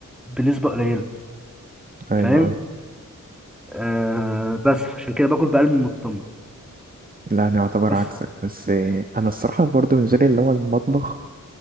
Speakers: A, in the centre; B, on the right.
A: بنسبه قليله
B: أيوه
A: فاهم آه بس عشان كده باكل بقلب مطمن
B: لا أنا أعتبر
A: بس
B: عكسك بس أنا الصراحة برضو بالنسبة لي اللي هو المطبخ